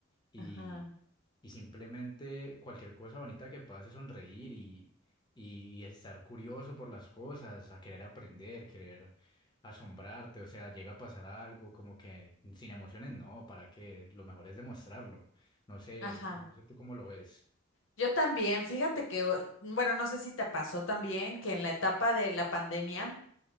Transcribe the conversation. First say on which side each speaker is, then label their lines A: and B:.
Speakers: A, on the left; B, on the left.
A: y,
B: ajá,
A: y simplemente cualquier cosa bonita que pase, sonreír y, y, y estar curioso por las cosas, a querer aprender, querer asombrarte, o sea, llega a pasar algo como que sin emociones, no, para que lo mejor es demostrarlo. No sé,
B: ajá.
A: no sé tú cómo lo ves.
B: Yo también, fíjate que, o- bueno, no sé si te pasó también que en la etapa de la pandemia,